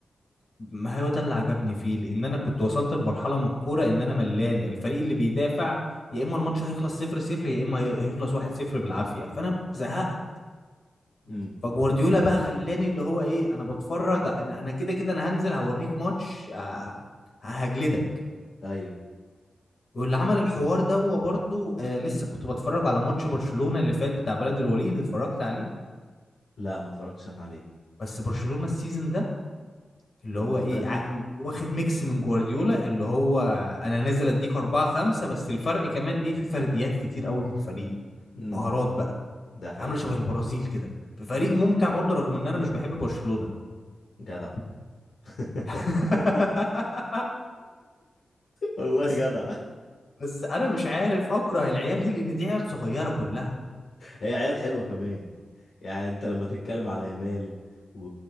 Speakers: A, on the left; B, on the left.
A: ما هو ده اللي عجبني فيه لان انا كنت وصلت لمرحله من الكوره ان انا ملان الفريق اللي بيدافع يا اما الماتش هيخلص صفر صفر يا اما هي- هيخلص واحد صفر بالعافيه فانا زهقت
B: امم
A: فجوارديولا بقى خلاني اللي هو ايه انا بتفرج انا انا كده كده انا هنزل هوريك ماتش آه، هجلدك
B: ايوه
A: واللي عمل الحوار ده هو برضه آه لسه كنت بتفرج على ماتش برشلونة اللي فات بتاع بلد الوليد اتفرجت عليه
B: لا ما اتفرجتش انا عليه
A: بس برشلونة السيزون ده اللي
B: لا
A: هو
B: مختلف
A: ايه ع- م- واخد ميكس من جوارديولا اللي هو انا نازل اديك أربعة خمسة بس الفرق كمان ايه في فرديات كتير قوي في الفريق
B: امم
A: مهارات بقى
B: ده حقيقي
A: عاملة شبه البرازيل كده فريق ممتع برضه رغم ان انا مش بحب برشلونة
B: جدع <laughs>
A: <laughs>
B: والله
A: بس
B: جدع
A: بس انا مش عارف اكره العيال دي لان دي عيال صغيرة كلها
B: هي عيال حلوه كمان يعني انت لما تتكلم على يمال و...